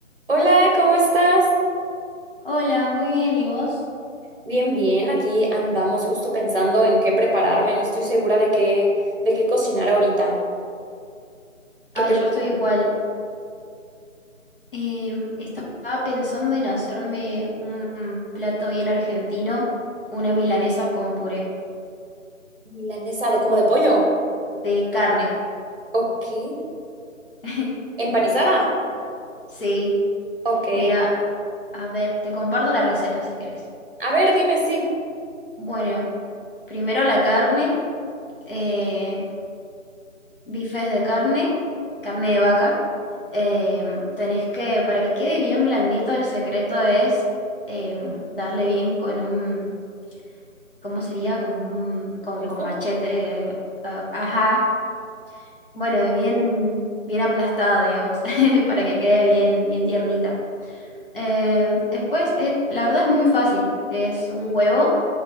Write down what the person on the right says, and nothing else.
Hola, ¿cómo estás?
Bien, bien. Aquí andamos justo pensando en qué prepararme. No estoy segura de qué, de qué cocinar ahorita. ¿Qué
te
gusta?
a ti?
Milanesa de como de pollo.
Ok.
¿Empanizada?
Ok.
A ver, dime sí.
¿Mazo?